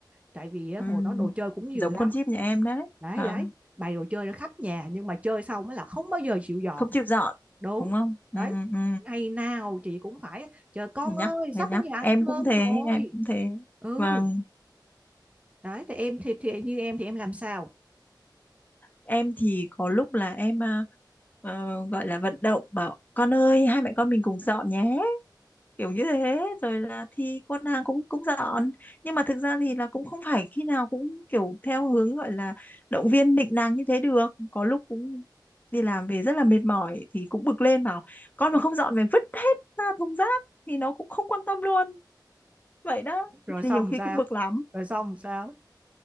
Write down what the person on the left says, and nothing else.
Ừm,
giống
con chip nhà em đấy
vâng
không chịu dọn
đúng không ừ
ừ
phải nhắc
phải
nhắc
em cũng
thế
em cũng thế
và
em thì có lúc là em à, ờ, gọi là vận động bảo con ơi hai mẹ con mình cùng dọn nhé kiểu như thế rồi là thì con nàng cũng cũng dọn nhưng mà thực ra thì là cũng không phải khi nào cũng kiểu theo hướng gọi là động viên nịnh nàng như thế được có lúc cũng đi làm về rất là mệt mỏi thì cũng bực lên bảo con mà không dọn mày vứt hết ra thùng rác thì nó cũng không quan tâm luôn vậy đó
Nên là
nhiều khi
cũng bực lắm